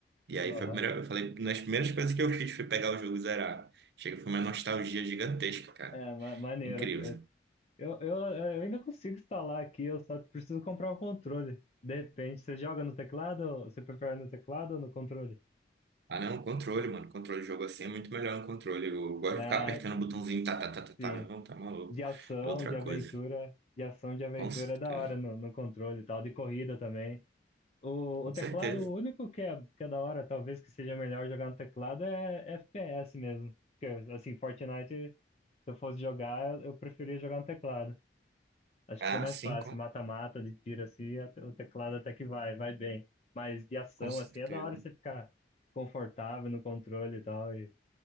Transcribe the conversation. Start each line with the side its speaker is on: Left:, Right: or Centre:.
Right: E aí
Left: Aham.
Right: foi a primeira, eu falei, nas primeiras coisas que eu fiz foi pegar o jogo e zerar. Chega, foi uma nostalgia gigantesca, cara.
Left: É, ma maneiro.
Right: Incrível. assim.
Left: Eu, eu, eu ainda consigo instalar aqui, eu só preciso comprar o controle. De repente, você joga no teclado? ou- Você prefere no teclado ou no controle?
Right: Ah, não, controle, mano. Controle de jogo assim é muito melhor no controle. Eu gosto
Left: É,
Right: de ficar apertando o botãozinho, tá, tá, tá, tá, tá,
Left: sim.
Right: meu irmão, tá maluco.
Left: De ação,
Right: É outra
Left: de aventura.
Right: coisa.
Left: De ação, de aventura
Right: Com certeza.
Left: é da hora no, no controle e tal. De corrida também. O,
Right: Com
Left: o teclado,
Right: certeza.
Left: o único que é, que é da hora, talvez que seja melhor jogar no teclado, é FPS mesmo. Porque, assim, Fortnite, se eu fosse jogar, eu preferia jogar no teclado. Acho
Right: Ah,
Left: que fica mais
Right: sim,
Left: fácil,
Right: com,
Left: mata-mata, de tiro assim, até- o teclado até que vai, vai bem. Mas de ação,
Right: com certeza.
Left: assim, é da hora você ficar confortável no controle e tal, e